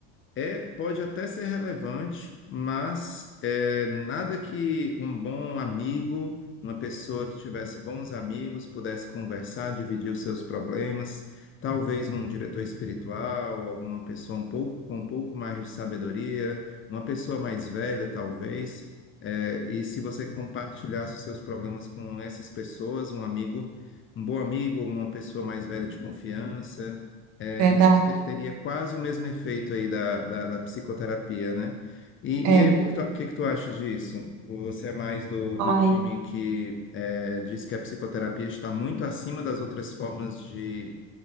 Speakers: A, on the left; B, on the right.
A: é, pode até ser relevante, mas é, nada que um bom amigo, uma pessoa que tivesse bons amigos, pudesse conversar, dividir os seus problemas. Talvez um diretor espiritual, alguma pessoa um pouco, com um pouco mais de sabedoria, uma pessoa mais velha, talvez. É, e se você compartilhasse os seus problemas com essas pessoas, um amigo, um bom amigo, uma pessoa mais velha de confiança é,
B: Verdade.
A: isso se- teria quase o mesmo efeito aí da, da, da psicoterapia, né? E,
B: É,
A: e aí,
B: bom,
A: o que que tu, o que que tu acha disso? Você é mais do, do
B: ai.
A: time que é, diz que a psicoterapia está muito acima das outras formas de